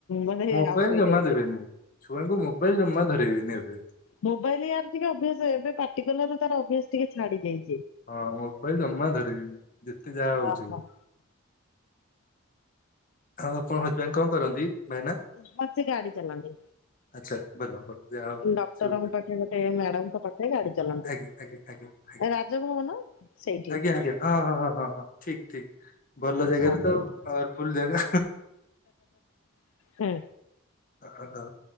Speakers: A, on the left; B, on the left.
A: ମାନେ
B: ମୋବାଇଲ
A: ଆଉଟୁ ହେଇ
B: ଜମା
A: ଯାଉଛି।
B: ଦେବେନି। ଛୁଆଙ୍କୁ ମୋବାଇଲ ଜମା ଧରାଇବେନି ଏବେ
A: ମୋବାଇଲ ୟାର ଟିକେ ଅଭ୍ୟାସ ଏବେ ପାଟିକଲାରୁ ତାର ଅଭ୍ୟାସ ଟିକେ ଛାଡିଯାଇ
B: ହଁ, ମୋବାଇଲ ଜମା ଧରେଇବେନି ଯେତେ ଯାହା
A: ହଁ
B: ହଉଛି ହଉ। ଆଉ ଆପଣଙ୍କ ହଜବେଣ୍ଡ କଣ କରନ୍ତି? ଭାଇନା
A: ହଁ, ସେ ଗାଡ଼ି ଚଲାନ୍ତି।
B: ଆଚ୍ଛା ଭଲ ଭଲ ଯାହା ହଉ
A: ଡ଼କ୍ଟରଙ୍କ
B: ସୁବିଧା
A: ପାଖେ ଗୋଟେ ମ୍ୟାଡାମଙ୍କ ପାଖ ଗାଡି ଚଲାନ୍ତି।
B: ଆଜ୍ଞା ଆଜ୍ଞା ଆଜ୍ଞା ଆଜ୍ଞା।
A: ରାଜଭବନ ସେଇଠି।
B: ଆଜ୍ଞା ଆଜ୍ଞା ହଁ ହଁ ହଁ ହଁ ହଁ ଠିକ ଠିକ ଭଲ ଜାଗାରେ
A: ହଁ
B: ତ
A: ସେଇଠି
B: ଆଉ ପାୱାରଫୁଲ ଜାଗା।
A: ହୁଁ
B: ଓହୋ